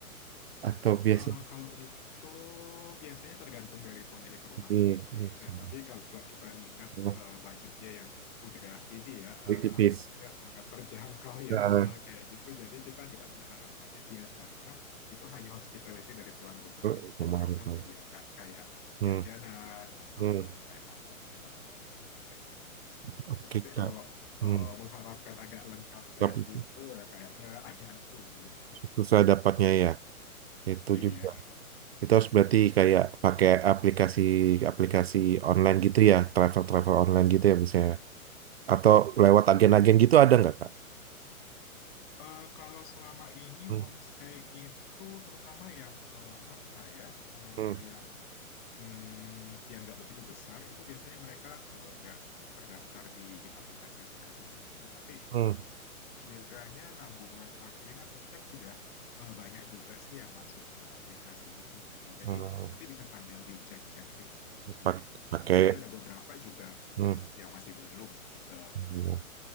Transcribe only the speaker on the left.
Eh, kalau itu biasanya tergantung dari pemilik rumahnya
sih.
Eh, tapi kalau kita ngingat
eh, budgetnya yang udah ini ya,
eh, apa namanya, sangat terjangkau
ya, <laughs> eh, kayak gitu. Jadi kita nggak berharap banyak. Biasanya itu hanya hospitality dari tuan rumah
sih. Mungkin
mereka
menyediakan kayak
jajanan ataupun
teh hangat, sekedar-sekedar minuman kayak gitu sih.
Tetapi
kalau
eh, mengharapkan agak lengkap kayak
gitu, ya kayaknya <laughs> agak sulit.
Iya.
Eh, kalau selama ini
homestay itu terutama yang eh, apa ya, eh,
yang mm, yang nggak begitu besar itu biasanya mereka eh, nggak terdaftar di aplikasi-aplikasi tertentu. Tapi eh,
kiranya enam bulan terakhir ini aku cek udah eh, banyak juga sih yang masuk ke aplikasi ini gitu. Jadi
nanti bisa sambil dicek-cek sih eh, ininya.
Tapi ada beberapa juga mm,
yang masih belum sih se, se